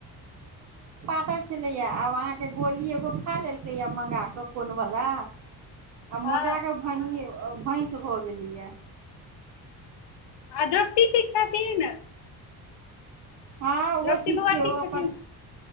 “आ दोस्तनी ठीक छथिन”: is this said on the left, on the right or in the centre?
Left